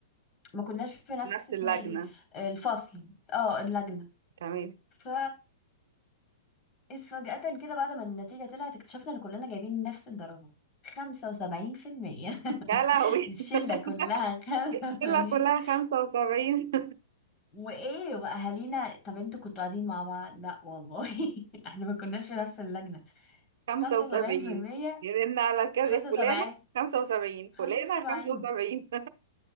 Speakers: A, on the left (about 30°); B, on the right (about 65°).
A: ما كناش في نفس
B: في نفس
A: اسمها
B: اللجنة
A: ايه دي الفصل اه اللجنه
B: تمام
A: ف إذ فجأة كده بعد ما النتيجة طلعت اكتشفنا ان كلنا جايبين نفس الدرجة 75% <laughs>
B: يا لهوي
A: الشلة كلها
B: <laughs>
A: 75
B: الشلة كلها خمسة وسبعين
A: وايه واهالينا طب انتوا كنتوا قاعدين مع بعض لا والله <laughs> احنا ما كناش في نفس اللجنه
B: <laughs> خمسة
A: 75%
B: وسبعين يرن على كذا
A: 75
B: فلانة خمسة وسبعين
A: 75
B: فلانة خمسة وسبعين